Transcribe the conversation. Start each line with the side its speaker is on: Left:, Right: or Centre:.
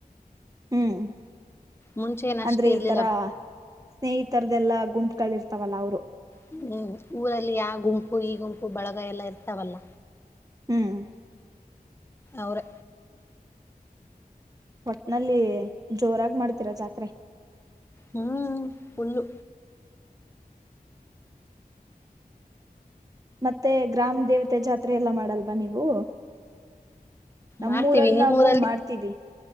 Right: ಹ್ಮ್
Left: ಮುಂಚೆ ಏನ್ ಅಷ್ಟ
Right: ಅಂದ್ರೆ
Left: ಇರ್ಲಿಲ್ಲ
Right: ಈ ತರ ಸ್ನೇಹಿತರದೆಲ್ಲಾ ಗುಂಪ ಮಕ್ಕಳ ಇರ್ತವಲ್ಲ ಅವ್ರು
Left: ಹ್ಮ್ ಊರಲ್ಲಿ ಯಾವ ಗುಂಪು ಈ ಗುಂಪು ಬಳಗ ಎಲ್ಲ ಇರ್ತಾವಲ್ಲ
Right: ಹ್ಮ್
Left: ಅವ್ರ
Right: ಒಟ್ನಲ್ಲಿ ಜೋರಾಗಿ ಮಾಡ್ತೀರ ಜಾತ್ರೆ
Left: ಹ್ಮ್ ಫುಲು
Right: ಮತ್ತೆ ಗ್ರಾಮ ದೇವತೆ ಜಾತ್ರೆ ಎಲ್ಲಾ ಮಾಡಲ್ವಾ ನೀವು ನಮ್ಮೂರಲ್ಲಿ
Left: ಮಾಡ್ತೀವಿ ನಿಮ್
Right: ನಾವು
Left: ಊರಲ್ಲಿ
Right: ಮಾಡ್ತೀವಿ